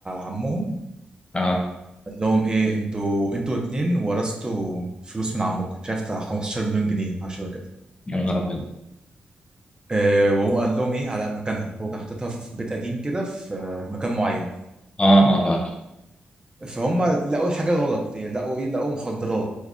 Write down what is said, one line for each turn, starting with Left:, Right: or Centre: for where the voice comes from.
Right: عمهم
Left: اه
Right: قال لهم ايه انتوا انتوا اتنين ورثتوا فلوس من عمكم مش عارف بتاع 15 مليون جنيه حاجه شبه كده
Left: يا نهار ابيض
Right: آه، وهو قال لهم ايه على مكانها هو كان حاططها في بيت قديم كده في آه، في مكان معين
Left: اه اه فاهم
Right: فهم لقوا حاجه غلط إيه، لقوا ايه لقوا مخدرات